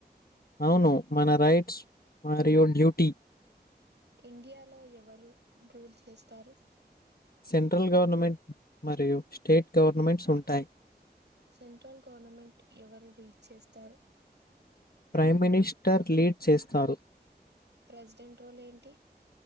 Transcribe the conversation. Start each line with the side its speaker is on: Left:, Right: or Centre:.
Left: అవును మన రైట్ మరియు డ్యూటీ
Right: ఇండియాలో ఎవరు రూల్ చేస్తారు?
Left: సెంట్రల్ గవర్నమెంట్ మరియు స్టేట్ గవర్నమెంట్స్ ఉంటాయి
Right: సెంట్రల్ గవర్నమెంట్ ఎవరు లీడ్ చేస్తారు?
Left: ప్రైమ్ మినిస్టర్ లీడ్ చేస్తారు.
Right: ప్రెసిడెంట్ రోల్ ఏంటి?